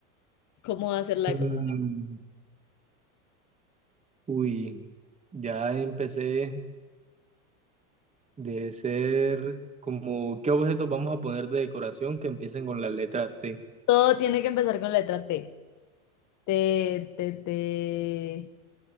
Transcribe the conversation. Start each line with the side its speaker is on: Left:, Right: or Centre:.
Left: ¿Cómo va a ser la
Right: Mm,
Left: decoración?
Right: Uy, ya empecé de ser como, ¿qué objetos vamos a poner de decoración que empiecen con la letra T?
Left: Todo tiene que empezar con letra T. T, T, T.